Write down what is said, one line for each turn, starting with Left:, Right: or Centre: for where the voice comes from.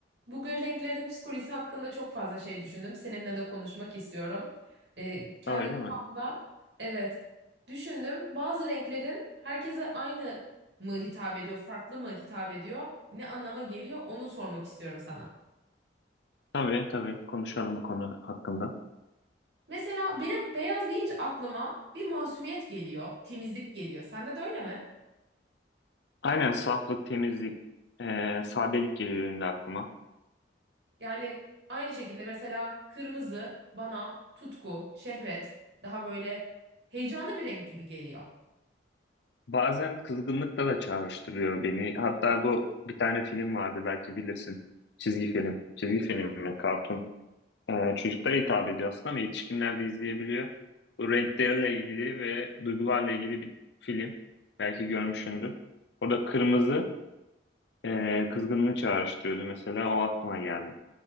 Right: Bugün renklerin psikolojisi hakkında çok fazla şey düşündüm. Seninle de konuşmak istiyorum. Ee, kendi
Left: Ha, öyle
Right: kafamda
Left: mi?
Right: evet düşündüm. Bazı renklerin herkese aynı mı hitap ediyor, farklı mı hitap ediyor, ne anlama geliyor onu sormak istiyorum sana.
Left: Tabii tabii konuşalım bu konu hakkında.
Right: Mesela benim beyaz deyince aklıma bir masumiyet geliyor, temizlik geliyor. Sende de öyle mi?
Left: Aynen saflık, temizlik, eee, sadelik geliyor benim de aklıma.
Right: Yani aynı şekilde mesela kırmızı bana tutku, şehvet, daha böyle heyecanlı bir renk gibi geliyor.
Left: Bazen kızgınlıkla da çağrıştırıyor beni. Hatta bu bir tane film vardı belki bilirsin. Çizgi film. Çizgi film mi? Kartun. Eee çocuklara hitap ediyor aslında ama yetişkinler de izleyebiliyor. Bu renklerle ilgili ve duygularla ilgili bir film. Belki görmüşsündür. Orada kırmızı eee kızgınlığı çağrıştırıyordu mesela. O aklıma geldi.